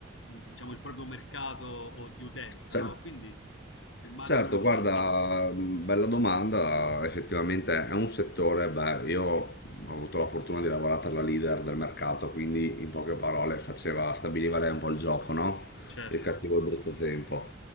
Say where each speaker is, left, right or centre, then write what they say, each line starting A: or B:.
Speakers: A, on the left (about 85°); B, on the left (about 55°).
A: diciamo, il proprio mercato o di utenza,
B: certo.
A: no? Quindi immagino
B: Certo,
A: sia...
B: guarda,
A: ah,
B: mh, bella domanda, effettivamente è un settore, beh, io ho avuto la fortuna di lavorare per la leader del mercato, quindi in poche parole faceva, stabiliva lei un po' il gioco, no?
A: certo,
B: Il cattivo e il brutto tempo.